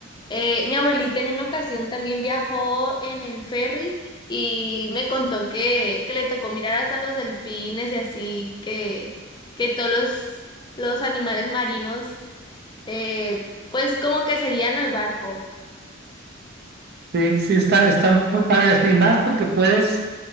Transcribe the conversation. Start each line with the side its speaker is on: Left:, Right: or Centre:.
Left: Eh, mi abuelita en una ocasión también viajó en el ferry y me contó que, que le tocó mirar hasta los delfines y así, que, que todos los, los animales marinos, eh, pues como que seguían al barco.
Right: Sí, sí, está, está muy padre esto, y más porque puedes